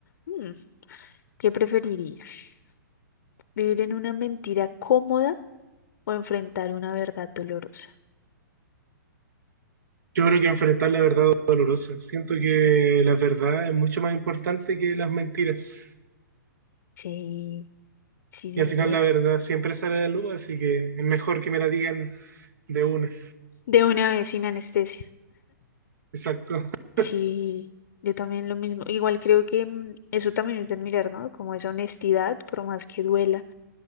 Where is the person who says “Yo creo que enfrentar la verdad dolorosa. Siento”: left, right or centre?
Right